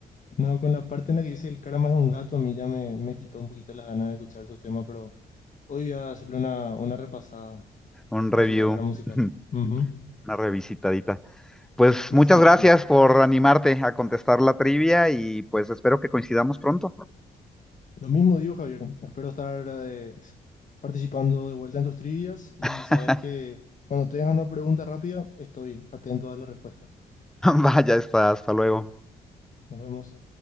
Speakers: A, on the left (about 45°); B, in the centre.
A: No, con la parte en la que dice el cara más un gato, a mí ya me, me quitó un poquito las ganas de escuchar esos temas, pero hoy voy a hacerle una, una repasada
B: Un review.
A: a su carrera musical.
B: <laughs>
A: Ujú,
B: Una revisitadita. Pues
A: Así
B: muchas
A: mismo.
B: gracias por animarte a contestar la trivia y pues espero que coincidamos pronto.
A: Lo mismo digo, Javier. Espero estar eh, s- participando de vuelta en tus trivias y
B: <laughs>
A: sabes que cuando tengas una pregunta rápida, estoy atento a la respuesta.
B: Vaya, está, hasta luego.
A: Nos vemos.